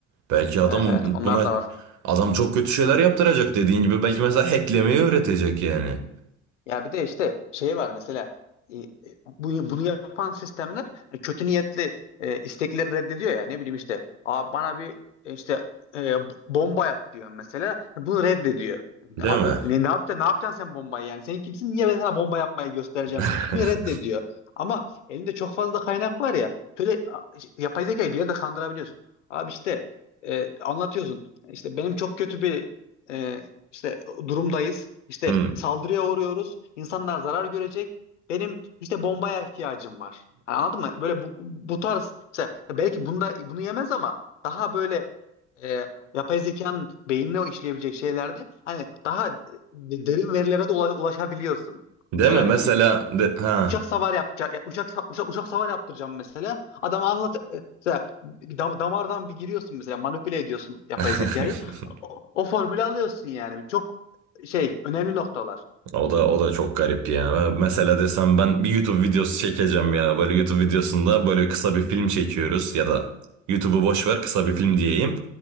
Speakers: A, on the right (about 55°); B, on the left (about 80°).
A: Belki adam
B: Evet evet onlar
A: buna
B: da var.
A: adam çok kötü şeyler yaptıracak dediğin gibi belki mesela hacklemeyi öğretecek yani.
B: Ya bir de işte şey var mesela e, e, bunu, bunu yapan sistemler e, kötü niyetli e, istekleri reddediyor ya ne bileyim işte Aa, bana bir e, işte e, bomba yap diyor mesela E, bunu reddediyor.
A: Değil
B: Abi
A: mi?
B: ne, ne yapacaksın ne yapacaksın sen bombayı yani sen kimsin niye ben sana bomba yapmayı göstereceğim
A: <laughs>
B: mi reddediyor. Ama elinde çok fazla kaynak var ya şöyle a, işte, yapay zekayı bir yerde kandırabiliyorsun. Abi işte e, anlatıyorsun işte benim çok kötü bir e, işte durumdayız. İşte
A: Hmm.
B: saldırıya uğruyoruz. İnsanlar zarar görecek. Benim işte bombaya ihtiyacım var. Yani anladın mı? Böyle bu, bu tarz mesela belki bunda bunu yemez ama daha böyle e, yapay zekanın beynine işleyebilecek şeylerde hani daha derin verilere de ula- ulaşabiliyorsun.
A: Değil
B: Mesela
A: mi? Mesela
B: ne bileyim
A: de, ha.
B: uçak savar yapacak. Uçak, uçak, uçak savar yaptıracağım mesela. Adam anlat e, mesela bir dam- damardan bir giriyorsun mesela manipüle ediyorsun yapay
A: <laughs>
B: zekayı. O, o formülü alıyorsun yani. Çok şey önemli noktalar.
A: O da o da çok garip ya. Mesela desem ben bir YouTube videosu çekeceğim ya. Böyle YouTube videosunda böyle kısa bir film çekiyoruz ya da YouTube'u boş ver kısa bir film diyeyim.